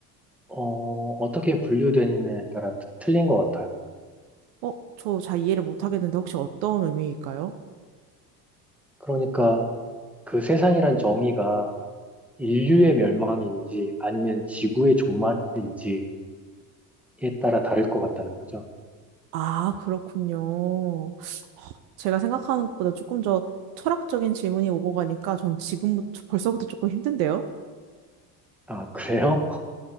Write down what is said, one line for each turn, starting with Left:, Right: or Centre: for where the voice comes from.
Centre: 어, 어떻게 분류되느냐에 따라 트- 틀린 것 같아요.
Right: 어, 저 잘 이해를 못 하겠는데 혹시 어떤 의미일까요?
Centre: 그러니까 그 세상이란 정의가 인류의 멸망인지 아니면 지구의 종말인지 에 따라 다를 것 같다는 거죠.
Right: 아, 그렇군요. 제가 생각하는 것보다 조금 더 철학적인 질문이 오고 가니까 전 지금부터 벌써부터 조금 힘든데요?
Centre: 아, 그래요? <laughs>